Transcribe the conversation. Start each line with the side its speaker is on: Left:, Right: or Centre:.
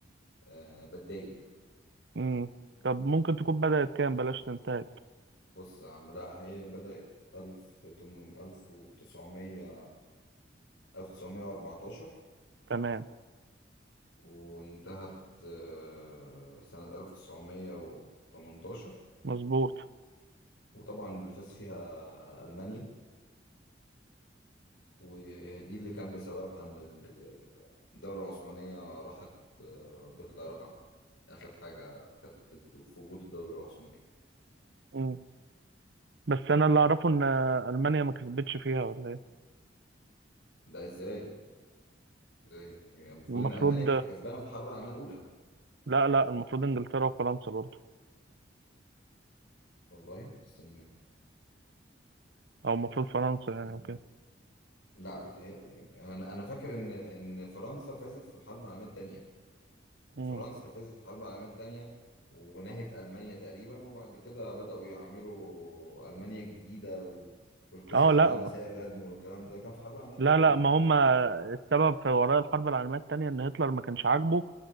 Left: أه بتضايق
Right: امم طب ممكن تكون بدأت كام بلاش تنتهي
Left: بص يا عم لا هي بدأت ألف تمنمية ألف وتسعمية ألف تسعمية وأربعتاشر
Right: تمام
Left: وانتهت آه، سنة ألف تسعمية وتمنتاشر
Right: مظبوط
Left: وطبعا اللي فاز فيها ألمانيا ودي اللي كان بسببها إن ال- الدولة العثمانية راحت آه، بلا رجعة آخر حاجة كانت في وجود الدولة العثمانية
Right: امم بس انا اللي اعرفه ان المانيا ما كسبتش فيها ولا ايه
Left: ده ازاي؟ ازاي؟ هي المفروض
Right: المفروض
Left: ان المانيا كانت كسبانه في الحرب العالميه الاولى
Right: لا لا المفروض انجلترا وفرنسا برضو
Left: والله استنى
Right: او المفروض فرنسا يعني
Left: آه،
Right: وكده
Left: لا بتهيألي انا انا فاكر ان ان فرنسا فازت في الحرب العالميه الثانيه
Right: امم
Left: فرنسا فازت في الحرب العالميه الثانيه ونهت المانيا تقريبا وبعد كده بداوا يعملوا المانيا الجديده و- والقصص
Right: اه
Left: بقى
Right: لا
Left: نساء الردم والكلام ده كان في الحرب العالميه الثانيه
Right: لا لا ما هم السبب في وراء الحرب العالميه الثانيه ان هتلر ما كانش عاجبه